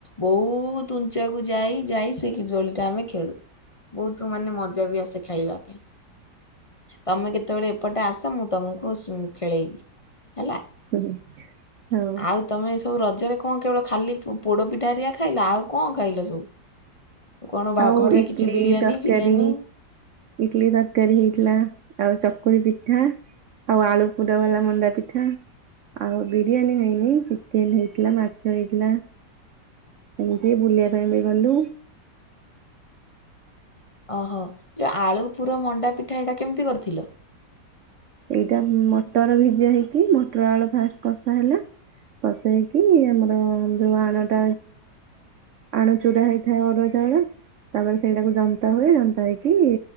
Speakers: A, on the left; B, on the right.
A: ବହୁତ ଉଞ୍ଚାକୁ ଯାଇ ଯାଇ ସେଇ ଦୋଳି ଟା ଆମେ ଖେଳୁ। ବହୁତ ମାନେ ମଜା ବି ଆସେ ଖେଳିବା ପାଇଁ। ତମେ କେତେବେଳେ ଏପଟେ ଆସ ମୁଁ ତମକୁ ଖେଳେଇବି। ହେଲା।
B: <unintelligible> ହଁ।
A: ଆଉ ତମେ ସବୁ ରଜରେ କଣ କେବଳ ଖାଲି ପୋଡପିଠା ହେରିଆ ଖାଇଲ। ଆଉ କଣ ଖାଇଲ ସବୁ? କଣ ବା-
B: ଆଉ
A: ଘରେ
B: ଇଟଲି
A: କିଛି ବିରିୟାନୀ
B: ତରକାରୀ
A: ଫିରିୟାନୀ
B: ଇଟଲି ତରକାରୀ ହେଇଥିଲା। ଆଉ ଚକୁଳି ପିଠା। ଆଉ ଆଳୁ ପୁର ବାଲା ମଣ୍ଡା ପିଠା। ଆଉ ବିରିୟାନୀ ହେଇନି। ଚିକେନ ହେଇଥିଲା, ମାଛ ହେଇଥିଲା। ଏମିତି ବୁଲିବା ପାଇଁ ବି ଗଲୁ।
A: ଓହୋ ଯୋଉ ଆଳୁ ପୁର ମଣ୍ଡା ପିଠା ଏଇଟା କେମିତି କରିଥିଲ?
B: ଏଇଟା ମଟର
A: ଏଇଟା ମସଲା
B: ଭିଜା ହେଇକି, ମଟର
A: ଭିଜା
B: ଆଳୁ
A: ହେଇଛି
B: ଫାଷ୍ଟ କଷା
A: ମସଲା
B: ହେଲା। କସେଇକି ଆମର
A: ଗୁଡା
B: ଯୋଉ ଆଣଟା
A: ଫାଷ୍ଟ କଷା ହେଲା କଷେଇକି ଆମର ଅଦାଟା ପାଣି
B: ଆଣ ଚୁରା ହେଇଥାଏ ଅରୁଆ
A: ସୁୁଧା
B: ଚାଉଳ
A: ହେଇଥାଏ ଅଦା ଚାଉଳ
B: ତାପରେ
A: ତା
B: ସେଇଟାକୁ ଜନ୍ତା ହୁଏ, ଜନ୍ତା
A: ଦରକାର
B: ହେଇକି